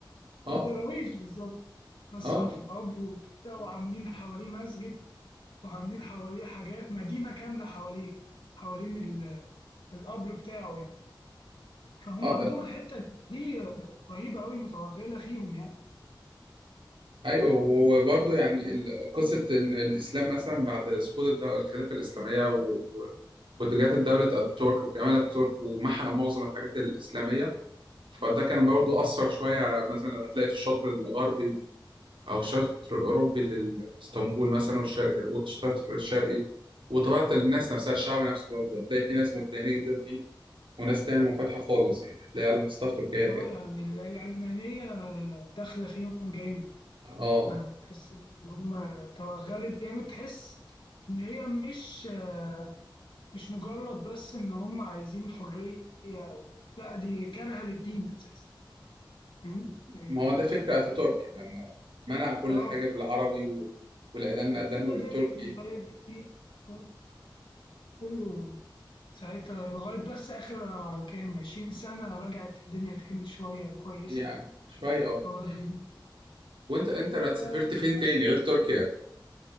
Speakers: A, on the right; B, on the left.
A: أه
B: الدراويش بالظبط مسحوا
A: أه
B: في القبر وكده وعاملين حواليه مسجد وعاملين حواليه حاجات مدينة كاملة حواليه حوالين ال- القبر بتاعه يعني فهم
A: أه
B: عندهم الحتة دي رهيبة أوي متوغلة فيهم يعني
A: أيوه وبرضه يعني ال- قصة إن الإسلام مثلا بعد سقوط الدولة الخلافة الإسلامية و... و- واتجاهات الدولة الترك وكمال الترك ومحى معظم الحاجات الإسلامية فده كان برضه أثر شوية مثلا لما تلاقي في الشطر الغربي أو الشرق الأوروبي لإسطنبول مثلا والشرق والشرق الشرقي وطبيعة الناس نفسها الشعب نفسه برضه هتلاقي في ناس متدينة جدا فيه وناس تانية منفتحة خالص يعني هتلاقي على مصطلح تركيا كده
B: اه يعني ال- العلمانية داخلة فيهم جامد
A: اه
B: يعني تحس إن هم توغلت جامد تحس إن هي مش آه، مش مجرد بس إن هم عايزين حرية أو كده. لا دي كارهة للدين أساسا فاهم هي
A: ما
B: دي
A: هو
B: الفكرة
A: ده فكرة أتاتورك لما منع كل
B: اه
A: حاجة بالعربي و... والأذان أذانه
B: والأديان
A: بالتركي
B: والحاجات دي آه، كله ساعتها لغاية بس آخر كام عشرين سنة رجعت الدنيا تهني شوية كويس
A: يعني شوية اه
B: أو-
A: وأنت أنت
B: فبس
A: بقى سافرت فين تاني غير تركيا؟